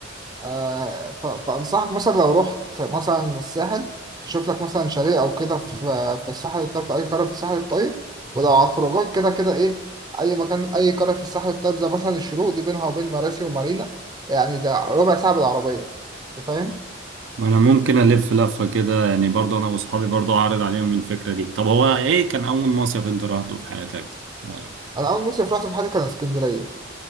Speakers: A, on the right; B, on the right.
A: آه، ف- فأنصحك مثلا لو رحت مثلا الساحل تشوف لك مثلا شاليه أو كده في في الساحل الطيب في أي قرية في الساحل الطيب ولو على الخروجات كده كده إيه أي مكان أي قرية في الساحل الطيب زي مثلا الشروق دي بينها وبين مراسي ومارينا يعني ده ربع ساعة بالعربية أنت فاهم؟
B: انا ممكن الف لفة كده يعني برضه انا واصحابي برضه اعرض عليهم الفكرة دي طب هو ايه كان اول مصيف انت رحته في حياتك آه.
A: أنا أول مصيف رحت في حياتي كان اسكندرية